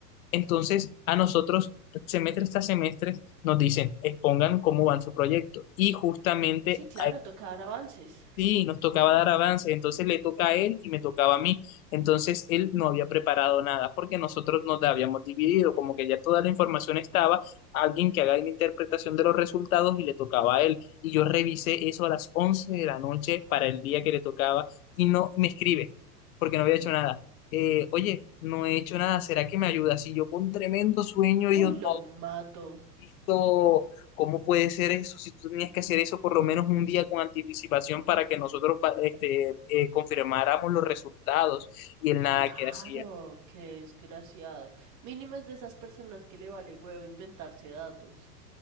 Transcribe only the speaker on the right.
Sí, claro, toca dar avances.
Uy,
lo mato.
Claro,
qué desgraciado. Mínimo es de esas personas que le vale huevo inventarse datos.